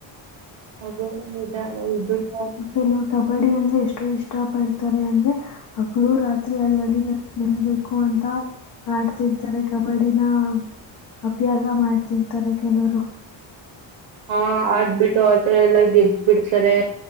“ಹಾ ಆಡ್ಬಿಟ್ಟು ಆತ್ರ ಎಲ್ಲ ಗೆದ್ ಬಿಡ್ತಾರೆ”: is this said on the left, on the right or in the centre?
Right